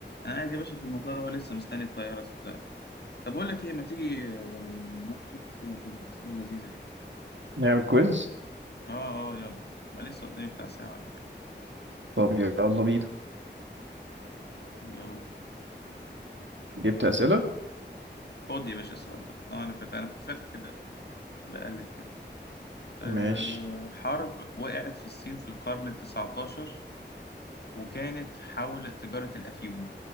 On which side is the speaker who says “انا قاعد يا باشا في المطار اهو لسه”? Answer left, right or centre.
Left